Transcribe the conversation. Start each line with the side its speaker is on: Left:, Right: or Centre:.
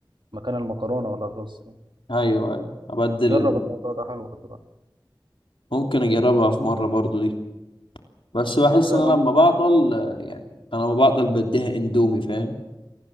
Right: مكان المكرونة ولا الرز يعني
Left: أيوه أيوه أبدل
Right: جرب
Left: ال...
Right: الموضوع ده حلو خلي بالك
Left: ممكن أجربها في مرة برضو دي بس بحس
Right: أيوة
Left: إن أنا لما بعطل يعني أنا لما بعطل بديها إندومي فاهم